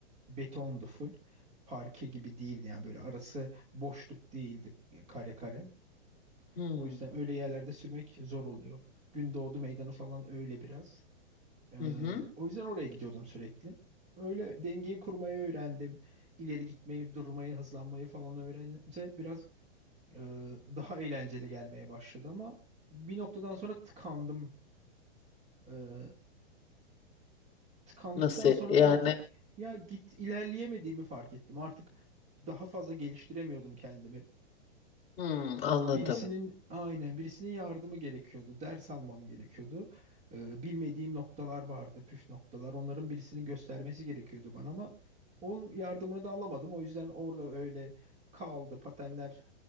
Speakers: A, on the right; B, on the left.
A: Betondu full. Parke gibi değildi yani böyle arası boşluk değildi kare kare.
B: Hmm.
A: O yüzden öyle yerlerde sürmek zor oluyor. Gündoğdu meydanı falan öyle biraz. Ee,
B: Hı hı.
A: o yüzden oraya gidiyordum sürekli. Öyle dengeyi kurmayı öğrendim. İleri gitmeyi, durmayı, hızlanmayı falan öğrenince biraz e, daha eğlenceli gelmeye başladı ama bir noktadan sonra tıkandım. Ee, tıkandıktan
B: Nasıl
A: sonra
B: yani?
A: da artık ya git ilerleyemediğimi fark ettim. Artık daha fazla geliştiremiyordum kendimi.
B: Hmm, anladım.
A: Birisinin aynen birisinin yardımı gerekiyordu. Ders almam gerekiyordu. Ee, bilmediğim noktalar vardı, püf noktalar. Onların birisinin göstermesi gerekiyordu bana ama onun yardımını da alamadım. O yüzden orada öyle kaldı. Patenler